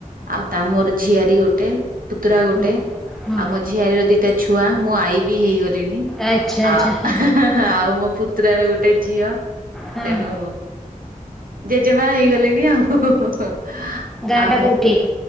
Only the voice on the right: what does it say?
ଆଉ ତା ମୋର ଝିଆରୀ ଗୋଟେ। ପୁତୁରା ଗୋଟେ
ଆଉ ମୋ ଝିଆରୀ ର ଦିଇଟା ଛୁଆ ମୁଁ ଆଈ ବି ହେଇଗଲି। ଲିଣି
ଆ
ହା ହା ହା ଆଉ ମୋ ପୁତୁରାର ଗୋଟେ ଝିଅ।
ତେଣୁ ଜେଜେମା ହେଇଗଲି। ଲି ଆଉ
ମୋ